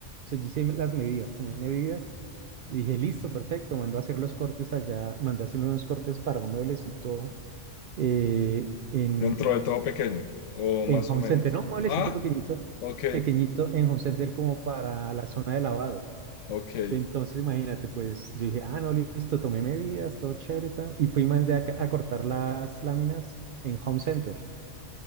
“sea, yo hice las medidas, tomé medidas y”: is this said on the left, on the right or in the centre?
Right